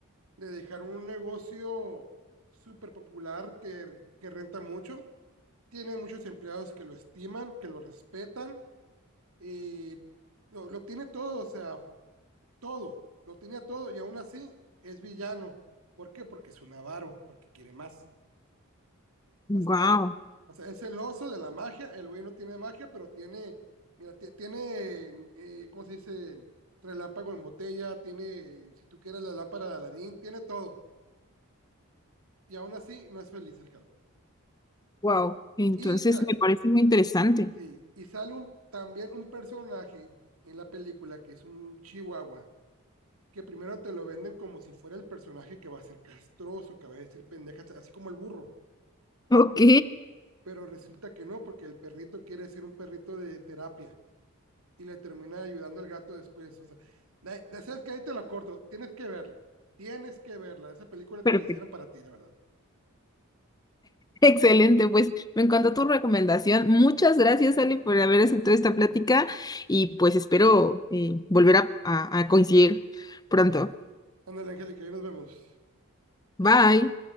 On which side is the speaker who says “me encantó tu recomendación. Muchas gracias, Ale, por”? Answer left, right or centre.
Left